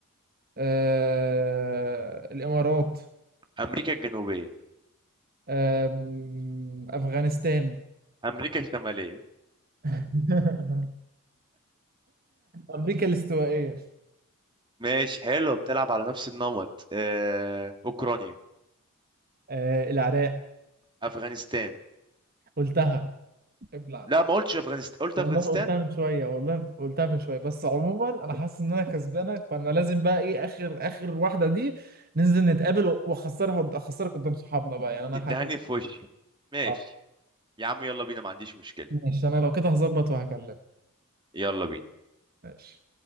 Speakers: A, on the right; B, on the right.
A: آه، الإمارات
B: امريكا الجنوبية
A: آم، أفغانستان
B: امريكا الشمالية
A: <laughs> أمريكا الاستوائية
B: ماشي حلو بتلعب على نفس النمط آه، أوكرانيا
A: آه العراق
B: أفغانستان
A: قلتها ابلع
B: لا ما قلتش أفغانستان قلت
A: والله
B: أفغانستان
A: قلتها من شوية والله قلتها من شوية بس عموما أنا حاسس إن أنا كسبانك فأنا لازم بقى إيه آخر آخر واحدة دي ننزل نتقابل وأخسرها أخسرك قدام صحابنا بقى يعني أنا
B: تدهني
A: حاسس
B: في وشي ماشي
A: آه
B: يا عم يلا بينا ما عنديش مشكلة
A: ماشي أنا لو كده هظبط وهكلمك
B: يلا بينا
A: ماشي